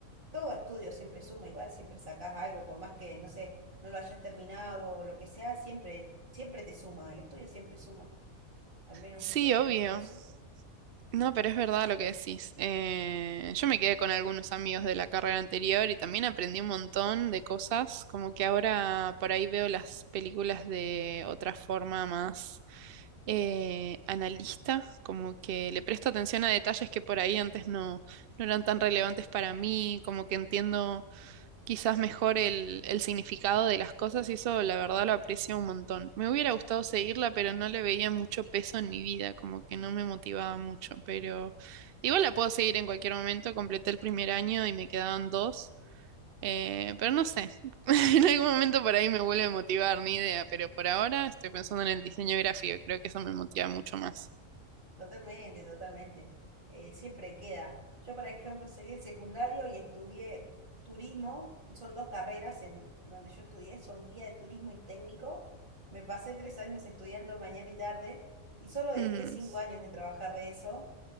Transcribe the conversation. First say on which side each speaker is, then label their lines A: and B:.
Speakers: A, on the right (about 35°); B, on the right (about 60°).
A: Todo estudio siempre suma, igual siempre sacás algo, por más que, no sé, no lo hayas terminado o lo que sea, siempre, siempre te suma, el estudio siempre suma. Al menos
B: Sí,
A: eso creo
B: obvio.
A: yo, sí.
B: No, pero es verdad lo que decís. Eh, yo me quedé con algunos amigos de la carrera anterior y también aprendí un montón de cosas, como que ahora por ahí veo las películas de otra forma más eh, analista, como que le presto atención a detalles que por ahí antes no, no eran tan relevantes para mí, como que entiendo quizás mejor el, el significado de las cosas y eso la verdad lo aprecio un montón. Me hubiera gustado seguirla, pero no le veía mucho peso en mi vida, como que no me motivaba mucho, pero igual la puedo seguir en cualquier momento. Completé el primer año y me quedaban dos, eh, pero no sé, <laughs> en algún momento por ahí me vuelve a motivar, ni idea, pero por ahora estoy pensando en el diseño gráfico, creo que eso me motiva mucho más.
A: Totalmente, totalmente. Eh, siempre queda. Yo, por ejemplo, salí del secundario y estudié turismo. Son dos carreras en, en donde yo estudié, son guía de turismo y técnico. Me pasé tres años estudiando mañana y tarde y solo dediqué
B: Mm.
A: cinco años de trabajar de eso.